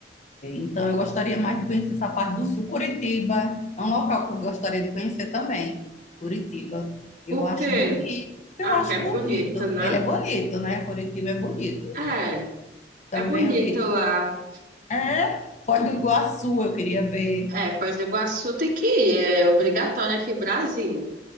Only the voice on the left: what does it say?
Então, eu gostaria mais de conhecer essa parte do sul. Curitiba é um local que eu gostaria de conhecer também. Curitiba.
Eu acho
bonito. Eu
acho
bonito.
Ele é bonito, né? Curitiba é bonito.
Também
eu queria.
É, Foz do Iguaçu eu queria ver.